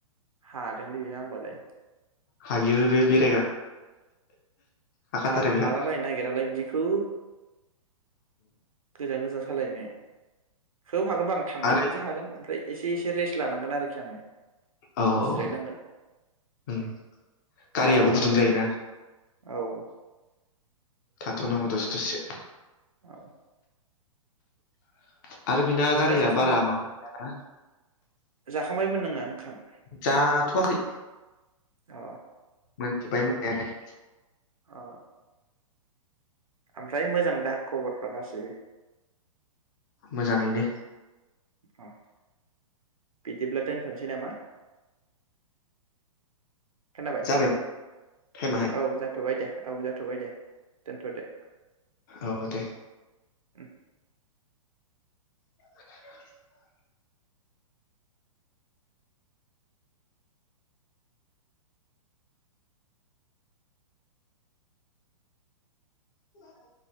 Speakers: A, on the right; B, on the left.
A: हादोंलै बेहा होमबालाय।
B: हायो बे बे हाखाथारो
A: आं
B: बेहा
A: हालाबायनो नागिरालाय बिदिखौ गोजान गोजान सालायनो बेखौ हागोनबा आं थांनाय
B: आरो
A: खनसे हागोन ओमफ्राय एसे एसे रेस्ट लानांगोन आरोखि आङो।
B: औ
A: जिरायनांगोन
B: औ उम गारियाबो
A: माबा होननो नागिरदोंमोन
B: गुदुं जायोना?
A: औ
B: थाथ'नांगौ
A: बेयावनो
B: दसे दसे
A: औ
B: <inaudible> आरो बिना
A: ओमफ्राय
B: गारिया
A: जाखांबायमोन
B: बारा माबा गैयाना
A: जाखांबायमोन नोङो ओंखाम।
B: जाथ आखै।
A: अ।
B: मोनजोबबाय मोननायालाय।
A: अ ओमफ्राय मोजां दा खबरफ्रा गासैबो?
B: मोजाङैनो।
A: अ बिदिब्ला दोनथसै नामा? खोनाबाय
B: जाबाय टाइमाहाय
A: औ जाथबाय दे। औ जाथबाय दे दोनथदो।
B: औ दे
A: उम।
B: <unintelligible> खोन्दों?